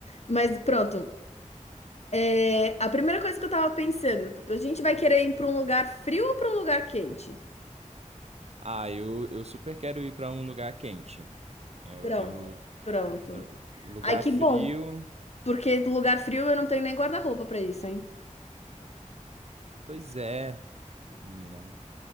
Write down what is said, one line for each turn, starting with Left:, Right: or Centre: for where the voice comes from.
Left: Mas pronto. É, a primeira coisa que eu tava pensando, tipo, a gente vai querer ir pra um lugar frio ou pra um lugar quente?
Right: Ah, eu, eu super quero ir para um lugar quente. Eu,
Left: Pronto,
Right: eu,
Left: pronto.
Right: eu- lugar
Left: Ai, que
Right: frio.
Left: bom, porque lugar frio eu não tenho nem guarda-roupa pra isso, hein?
Right: Pois é, menina.